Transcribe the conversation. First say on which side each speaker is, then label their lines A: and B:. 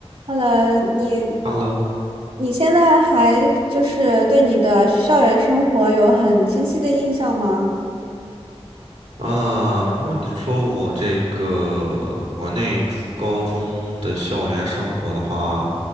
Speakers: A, on the right; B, on the right.
A: h e 你
B: OK，Hello
A: 你现在还就是对你的校园生活有很清晰的印象吗？
B: 啊，如果你是说我这个国内初高中的校园生活的话，